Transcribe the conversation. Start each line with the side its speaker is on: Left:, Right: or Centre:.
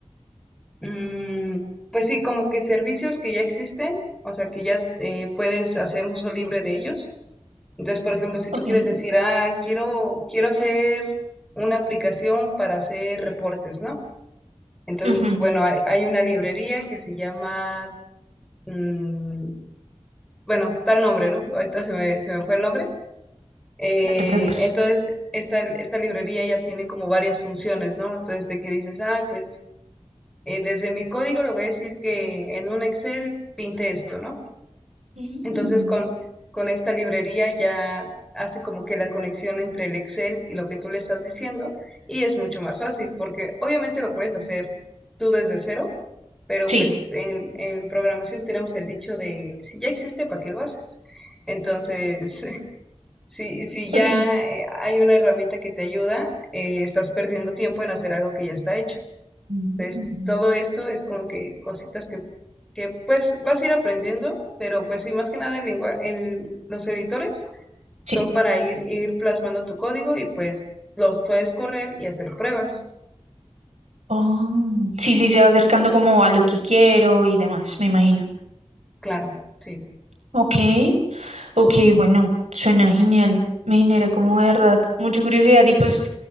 Centre: mm, pues sí, como que servicios que ya existen, o sea, que ya eh, puedes hacer uso libre de ellos. Entonces, por ejemplo, si
Right: Ok.
Centre: tú quieres decir, ah, quiero, quiero hacer una aplicación para hacer reportes, ¿no? Entonces,
Right: ujú,
Centre: bueno, hay, hay una librería que se llama mm, bueno, tal nombre, ¿no? Ahorita se me, se me fue el nombre. Eh,
Right: No te preocupes.
Centre: entonces, esta, esta librería ya tiene como varias funciones, ¿no? Entonces, de que dices, ah, pues eh, desde mi código le voy a decir que en un Excel pinte esto, ¿no?
Right: Mm,
Centre: Entonces, con, con esta librería ya hace como que la conexión entre el Excel y lo que tú le estás diciendo y es mucho más fácil porque obviamente lo puedes hacer tú desde cero, pero
Right: Sí,
Centre: pues en, en programación tenemos el dicho de si ya existe, ¿para qué lo haces? Entonces, <laughs> si, si
Right: ok.
Centre: ya eh, hay una herramienta que te ayuda, eh, estás perdiendo tiempo en hacer algo que ya está hecho.
Right: Mm,
Centre: Entonces, todo esto es como que cositas que que pues vas a ir aprendiendo, pero pues sí, más que nada el lengua- el- los editores
Right: Sí.
Centre: son para ir, ir plasmando tu código y pues los puedes correr y hacer pruebas,
Right: Oh, sí, sí, se va acercando como a lo que quiero y demás, me imagino.
Centre: claro, sí.
Right: Ok, ok, bueno, suena genial. Me genera como de verdad mucha curiosidad y pues...